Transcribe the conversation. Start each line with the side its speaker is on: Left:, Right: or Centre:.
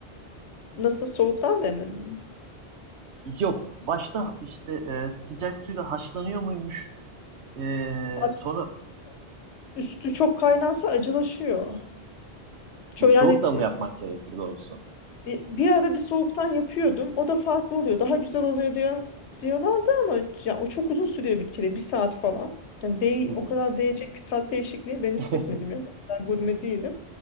Left: Nasıl soğuktan demlemem mi?
Right: Yok başta işte e, sıcak suyla haşlanıyor muymuş? E,
Left: Hatta
Right: sonra
Left: üstü çok kaynansa acılaşıyor. Çok
Right: soğuk
Left: yani
Right: da
Left: e,
Right: mı yapmak gerekir doğrusu?
Left: Bir, bir ara bir soğuktan yapıyordum. O da farklı oluyor. Daha güzel oluyor diyor, diyorlardı ama ya, o çok uzun sürüyor bir kere. Bir saat falan. Yani değ,
Right: Hı hı.
Left: o kadar değecek bir tat değişikliği ben hissetmedim.
Right: <laughs>
Left: Yani ben gurme değilim.